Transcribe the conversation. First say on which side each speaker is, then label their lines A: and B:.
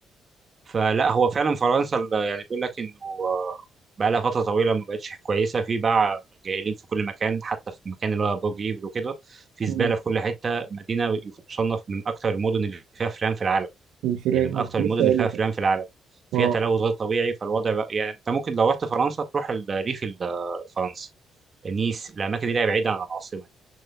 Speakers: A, on the right (about 40°); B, on the right (about 80°).
A: فلا هو فعلا فرنسا ال- يعني بيقول لك انه بقى لها فتره طويله ما بقتش كويسه في باع جائلين في كل مكان حتى في المكان اللي هو برج ايفل وكده في زباله
B: مم.
A: في كل حته مدينه تصنف من اكثر المدن اللي فيها فئران في العالم
B: والفيران
A: يعني من
B: اه
A: اكثر
B: كنت لسه
A: المدن اللي
B: اقول
A: فيها
B: لك
A: فئران في العالم فيها
B: اه
A: تلوث غير طبيعي فالوضع بقى يعني انت ممكن لو رحت فرنسا تروح الريف ال- الفرنسي نيس الاماكن اللي هي بعيده عن العاصمه